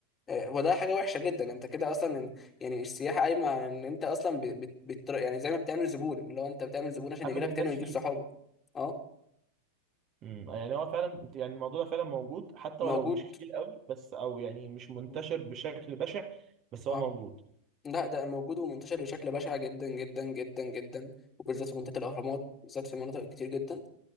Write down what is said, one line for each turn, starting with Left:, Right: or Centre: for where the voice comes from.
Left: آه، وده حاجة وحشة جدا انت كده اصلا إن- يعني السياحة قايمة على ان انت اصلا بت بت بت- يعني زي ما بتعمل زبون اللي هو انت بتعمل زبون عشان
Right: حبب
Left: يجي لك
Right: الناس
Left: تاني ويجيب
Right: فيه
Left: صحابه اه
Right: امم يعني هو فعلا يعني الموضوع ده فعلا موجود حتى
Left: موجود
Right: ولو مش كتير قوي بس او يعني مش منتشر
Left: مم.
Right: بشكل بشع بس هو
Left: اه
Right: موجود
Left: لا ده موجود ومنتشر بشكل بشع جدا جدا جدا جدا وبالذات في منطقة الأهرامات بالذات في مناطق كتير جدا